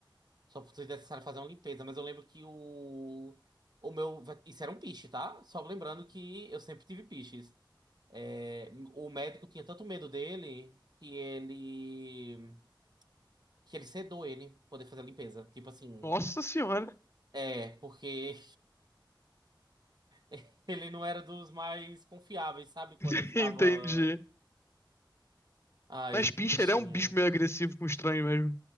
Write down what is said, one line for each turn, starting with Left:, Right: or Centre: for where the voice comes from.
Right: Só foi necessário fazer uma limpeza. Mas eu lembro que o. O meu. vet- Isso era um piche, tá? Só lembrando que eu sempre tive piches. É, o médico tinha tanto medo dele que ele que ele sedou ele pra poder fazer a limpeza. Tipo assim,
Left: Nossa senhora.
Right: é, porque <laughs> ele não era dos mais confiáveis, sabe? Quando
Left: <laughs>
Right: eu ficava,
Left: Entendi.
Right: ai,
Left: Mas Pinscher
Right: o bichinho.
Left: ele é um bicho meio agressivo com estranho mesmo.